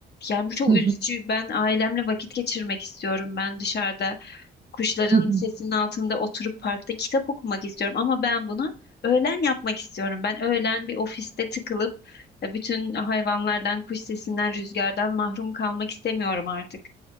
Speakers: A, on the left; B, on the right.
A: Yani bu çok
B: Hı hı.
A: üzücü. Ben ailemle vakit geçirmek istiyorum. Ben dışarıda kuşların
B: Hı hı.
A: sesinin altında oturup parkta kitap okumak istiyorum. Ama ben bunu öğlen yapmak istiyorum. Ben öğlen bir ofiste tıkılıp e, bütün hayvanlardan, kuş sesinden, rüzgardan mahrum kalmak istemiyorum artık.